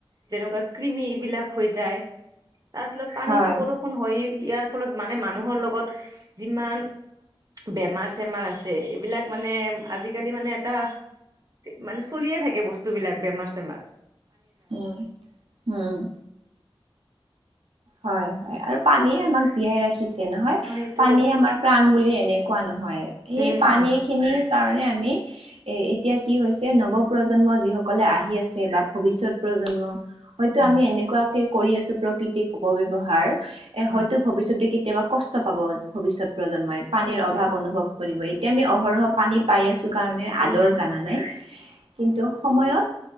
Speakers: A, on the right; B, on the right.
A: যেনেকুৱা কৃমি এইবিলাক হৈ যায়। তাৰ ফলত পানীতো
B: হয়
A: প্ৰদূষন হয়েই, ইয়াৰ ফলত মানে মানুহৰ লগত যিমান বেমাৰ-চেমাৰ আছে, এইবিলাক মানে আজিকালি মানে এটা মানে চলিয়ে থাকে বস্তুবিলাক বেমাৰ-চেমাৰ।
B: উম' উম'। হয় হয় আৰু পানীয়ে আমাক জীয়াই ৰাখিছে নহয়।
A: অ সেইটোয়ে
B: পানী আমাৰ প্ৰাণ বুলি এনে কোৱা নহয়, সেই
A: উম
B: পানী
A: উম
B: খিনিৰ কাৰণে আমি এ এতিয়া কি হৈছে নৱ প্ৰজন্ম যিসকলে আহি আছে বা ভৱিষ্যত প্ৰজন্ম হয়তো
A: উম
B: আমি এনেকুৱাকে কৰি আছো প্ৰকৃতিক অপব্যৱহাৰ এ
A: অ
B: হয়তো ভৱিষ্যতে কেতিয়াবা কষ্ট পাব ভৱিষ্যত প্ৰজন্মই, পানীৰ
A: সেইটোয়ে
B: অভাৱ অনুভৱ কৰিব। এতিয়া আমি অহৰহ পানী পাই আছোঁ কাৰণে
A: উম
B: আদৰ জানা নাই। কিন্তু সময়ত